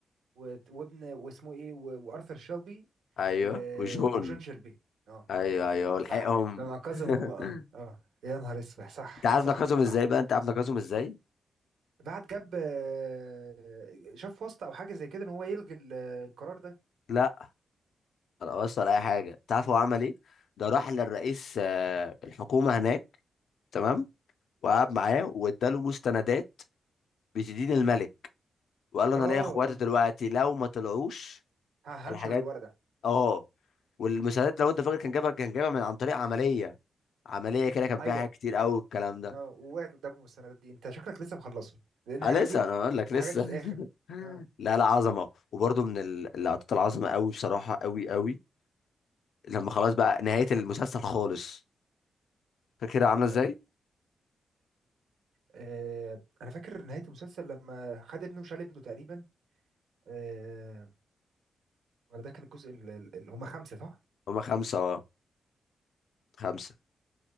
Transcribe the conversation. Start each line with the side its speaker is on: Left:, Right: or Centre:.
Right: وت- وابن واسمه ايه و- وارثر شيلبي
Left: ايوه
Right: و...
Left: وجون
Right: وجون شيلبي اه
Left: ايوه ايوه ولحقهم
Right: صح لما انقذهم هم
Left: <laughs>
Right: اه اه يا نهار اسود صح
Left: انت عارف
Right: صح
Left: نقصهم
Right: صح
Left: ازاي بقى انت عارف نقصهم ازاي
Right: بعد جاب آه، شاف واسطة او حاجة زي كده ان هو يلغي ال- القرار ده
Left: لا ولا وصل اي حاجه انت عارف هو عمل ايه ده راح للرئيس آه، الحكومه هناك تمام
Right: اه
Left: وقعد معاه واداله مستندات بتدين الملك وقال له
Right: اه
Left: انا ليا اخواتي
Right: آه.
Left: دلوقتي لو ما طلعوش
Right: ه-
Left: الحاجات
Right: هنشر الورقة
Left: اه والمستندات لو انت فاكر كان جابها كان جابها من عن طريق عمليه عمليه كده كان
Right: ايوه
Left: فيها حاجات كتير قوي الكلام ده
Right: اه ووقعت قدامهم السندات دي انت شكلك لسه مخلصه لان
Left: اه
Right: الحاجات
Left: لسه
Right: دي
Left: انا اقول لك لسه
Right: الحاجات دي في
Left: <laughs>
Right: الاخر اه
Left: لا لا عظمه وبرده
Right: اه
Left: من ال- اللقطات العظمه قوي بصراحه قوي قوي لما خلاص بقى نهايه المسلسل خالص فاكرها عامله ازاي
Right: آه. آه، انا فاكر نهايه المسلسل لما خد ابنه وشال ابنه تقريبا آه، ولا ده كان الجزء اللي هم خمسه صح
Left: هما خمسه اه خمسه